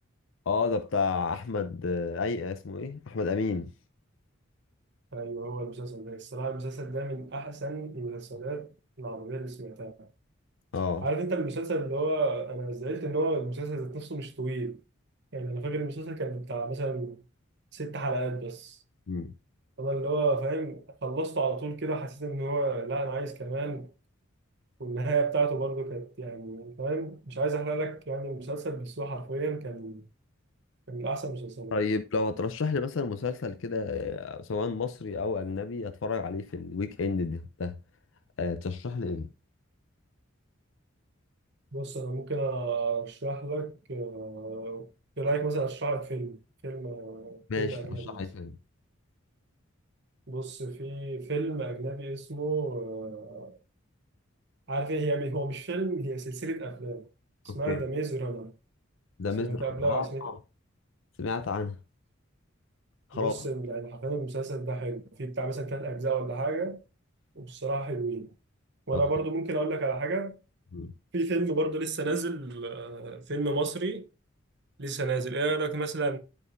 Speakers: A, on the left; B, on the right.
A: اه ده بتاع احمد آه، اي اسمه ايه احمد امين
B: أيوه هو المسلسل ده الصراحة المسلسل ده من أحسن المسلسلات العربية اللي سمعتها
A: اه
B: عارف أنت المسلسل اللي هو أنا زعلت إن هو المسلسل ذات نفسه مش طويل يعني أنا فاكر المسلسل كان بتاع مثلا ست حلقات بس
A: مم.
B: أنا اللي هو فاهم خلصته على طول كده حسيت إن هو لا أنا عايز كمان والنهاية بتاعته برضه كانت يعني فاهم مش عايز أحرق لك يعني المسلسل بس هو حرفيا كان كان من أحسن المسلسلات
A: طيب لو هترشح لي مثلا مسلسل كده آه، سواء مصري او اجنبي اتفرج عليه في الويك اند ده, ده. آه، ترشح لي ايه
B: بص أنا ممكن أرشح لك آه، إيه رأيك مثلا أرشح لك فيلم فيلم آه،
A: ماشي
B: فيلم أجنبي
A: ترشح لي
B: مثلا
A: فيلم
B: بص في فيلم أجنبي اسمه آه، عارف إيه هي هو مش فيلم هي سلسلة أفلام اسمها
A: اوكي
B: ذا ميز رانر
A: ذا
B: سمعت
A: ميز رانر.
B: قبلها سمعت
A: اه سمعت عنها خلاص
B: بص يعني حرفيا المسلسل ده حلو فيه بتاع مثلا تلات أجزاء ولا حاجة وبصراحة حلوين وأنا
A: طب
B: برضو ممكن أقول لك على حاجة
A: مم.
B: في فيلم برضه لسه نازل آه، فيلم مصري لسه نازل ايه رأيك مثلا